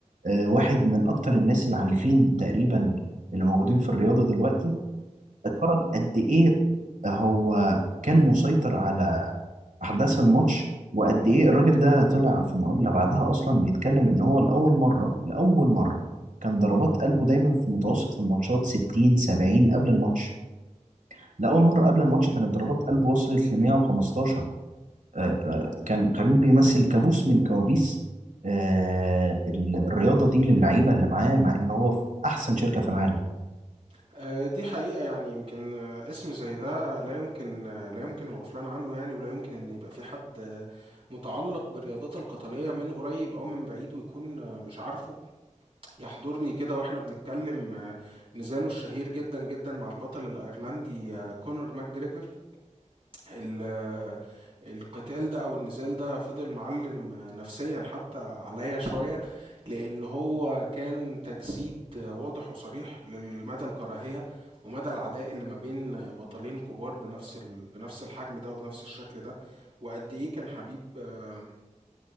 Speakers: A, on the right; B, on the right.
A: آه، واحد من أكتر الناس العنيفين تقريبا اللي موجودين في الرياضة دلوقتي اتفرج قد ايه هو كان مسيطر على احداث الماتش وقد ايه الراجل ده طلع في مقابله بعدها اصلا بيتكلم ان هو لاول مره لاول مره كان ضربات قلبه دايما في متوسط في الماتشات 60 70 قبل الماتش لاول مره قبل الماتش كانت ضربات قلبه وصلت ل 115 آه، آه، كان خبيب بيمثل كابوس من كوابيس آه، ال- الرياضه دي للعيبه اللي معاه مع ان هو في احسن شركه في العالم
B: آه، دي حقيقة يعني يمكن آه، اسم زي ده لا يمكن آه، لا يمكن الغفلان عنه يعني ولا يمكن ان يبقى في حد آه، متعلق بالرياضات القتالية من قريب او من بعيد ويكون آه، مش عارفه يحضرني كده واحنا بنتكلم آه، نزاله الشهير جدا جدا مع البطل الايرلندي آه، كونور ماجريجور ال- القتال ده او النزال ده فضل معلم نفسيا حتى عليا شوية لان هو كان تجسيد واضح وصريح لمدى الكراهية ومدى العداء اللي ما بين بطلين كبار بنفس ال... بنفس الحجم ده وبنفس الشكل ده وقد ايه كان حبيب آه،